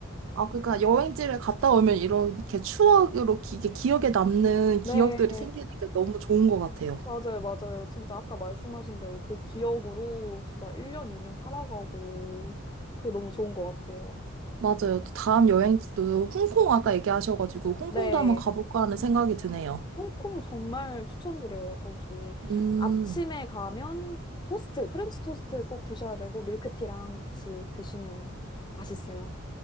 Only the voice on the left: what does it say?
네.
맞아요, 맞아요. 진짜 아까 말씀하신 대로 그 기억으로 진짜 1년, 2년 살아가고 그게 너무 좋은 것 같아요.
네.
홍콩 정말 추천드려요. 거기
아침에 가면 토스트, 프렌치 토스트 꼭 드셔야 되고 밀크티랑 같이 드시면 맛있어요.